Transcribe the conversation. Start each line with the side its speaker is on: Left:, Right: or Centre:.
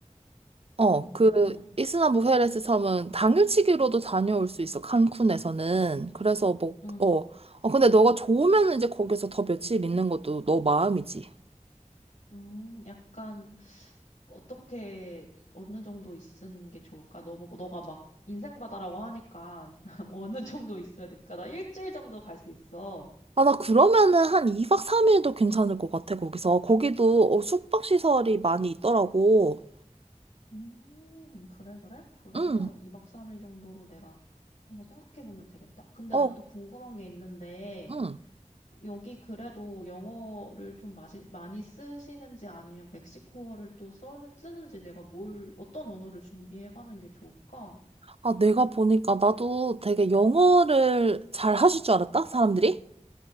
Right: 어,
Left: 음,
Right: 그, 이스나무헤레스 섬은 당일치기로도 다녀올 수 있어, 칸쿤에서는. 그래서 뭐,
Left: 음,
Right: 어, 어, 근데 너가 좋으면 이제 거기서 더 며칠 있는 것도 너 마음이지.
Left: 음, 약간 어떻게 어느 정도 있는 게 좋을까? 너무 너가 막 인생 바다라고 하니까 <laughs> 어느 정도 있어야 될까? 나 일주일 정도 갈 수 있어.
Right: 아, 나 그러면은 한 2박 3일도 괜찮을 것 같아, 거기서. 거기도 어, 숙박시설이 많이 있더라고.
Left: 음, 그래, 그래? 그러면
Right: 응,
Left: 2박 3일 정도로 내가 한번 생각해 보면 되겠다. 근데
Right: 어,
Left: 나 또 궁금한 게 있는데,
Right: 응.
Left: 여기 그래도 영어를 좀 마시, 많이 쓰시는지 아니면 멕시코어를 또 써는, 쓰는지 내가 뭘, 어떤 언어를 준비해 가는 게 좋을까?
Right: 아, 내가 보니까 나도 되게 영어를 잘 하실 줄 알았다, 사람들이?